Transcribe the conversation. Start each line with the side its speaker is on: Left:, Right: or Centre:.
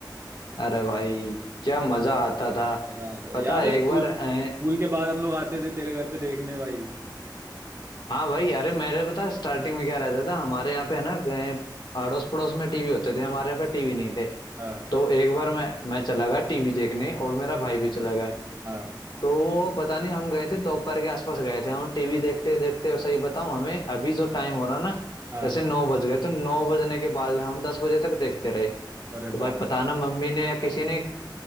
Left: अरे भाई क्या मजा आता था
Right: मजा आता था।
Left: पता
Right: याद
Left: है
Right: है
Left: एक
Right: स्कूल
Left: बार अ,
Right: स्कूल के बाद हम लोग आते थे तेरे घर पे देखने भाई
Left: हाँ भाई अरे मेरे पता स्टार्टिंग में क्या रहता था हमारे यहाँ पे है ना अ, अड़ोस पड़ोस में टीवी होते थे हमारे यहाँ पे टीवी नहीं थे
Right: हाँ
Left: तो एक बार मैं मैं चला गया टीवी देखने और मेरा भाई भी चला गया
Right: हाँ
Left: तो वो पता नहीं हम गए थे दोपहर के आसपास गए थे हम टीवी देखते देखते सही बताऊं हमें अभी जो टाइम हो रहा ना
Right: हाँ
Left: जैसे नौ बज गए तो नौ बजने के बाद हम दस बजे तक देखते रहे
Right: अरे
Left: तो भाई
Right: बाप
Left: पता ना मम्मी ने या किसी ने